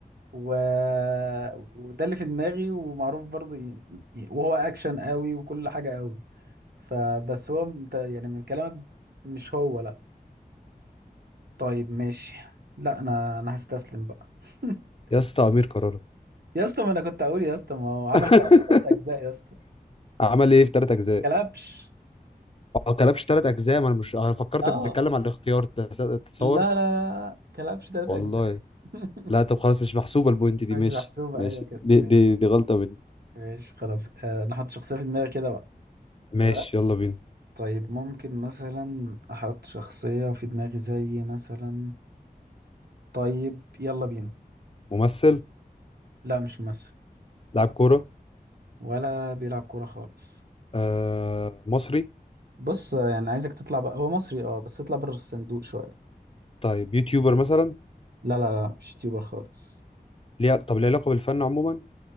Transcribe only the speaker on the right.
و... وده اللي في دماغي ومعروف برضه ي- ي- وهو اكشن قوي وكل حاجة قوي فبس هو انت يعني من كلامك مش هو لا طيب ماشي لا انا انا هستسلم بقى <laughs>
يا اسطى ما انا كنت اقول يا اسطى ما هو عمل
كلاب ثلاث اجزاء يا اسطى
كلبش
اه
لا لا لا كلبش ثلاث
اجزاء <laughs>
مش
محسوبة
ايوه كده
ماشي
ماشي خلاص آه، انا حاطط شخصية في دماغي كده بقى
تمام
طيب ممكن مثلا احط شخصية في دماغي زي مثلا طيب يلا بينا
لا مش ممثل
ولا بيلعب كورة خالص
بص يعني عايزك تطلع بقى هو مصري اه بس اطلع بره الصندوق شوية
لا لا لا مش يوتيوبر خالص